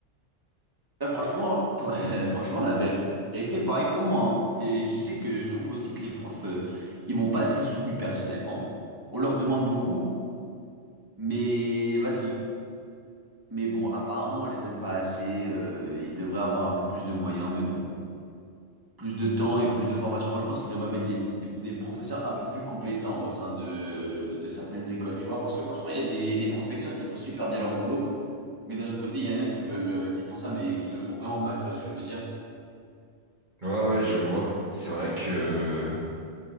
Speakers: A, on the right; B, on the right.
A: Là, franchement, pour- <laughs> franchement, la vérité, pareil pour moi. hein. Et tu sais que je trouve aussi que les profs, euh, ils m'ont pas assez soutenu personnellement. On leur demande beaucoup, mais vas-y. Mais bon, apparemment, on les aide pas assez, euh, ils devraient avoir un peu plus de moyens, mais bon. plus de temps et plus de formation. Moi, je pense qu'ils devraient mettre des, des professeurs un peu plus compétents au sein de, de certaines écoles, tu vois. Parce que franchement, il y a des, il y a des professeurs qui font super bien leur boulot, mais d'un autre côté, il y en a qui veulent, euh, qui font ça, mais qui le font vraiment mal, tu vois ce que je veux dire?
B: Ouais, ouais, je vois. C'est vrai que...